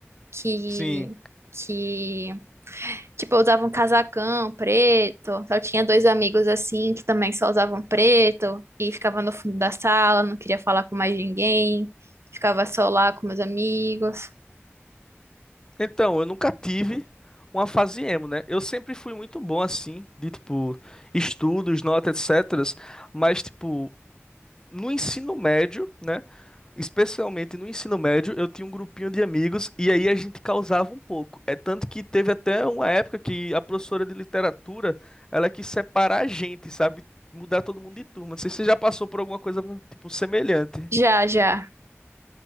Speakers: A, on the right; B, on the left.
A: Que,
B: Sim.
A: que Tipo, eu usava um casacão preto. Só tinha dois amigos assim que também só usavam preto e ficava no fundo da sala, não queria falar com mais ninguém. Ficava só lá com meus amigos.
B: Então, eu nunca tive uma fase emo, né? Eu sempre fui muito bom, assim, de, tipo, estudos, notas, etc. Mas, tipo, no ensino médio, né? Especialmente no ensino médio, eu tinha um grupinho de amigos e aí a gente causava um pouco. É tanto que teve até uma época que a professora de literatura, ela quis separar a gente, sabe? Mudar todo mundo de turma. Não sei se você já passou por alguma coisa, tipo, semelhante.
A: Já, já.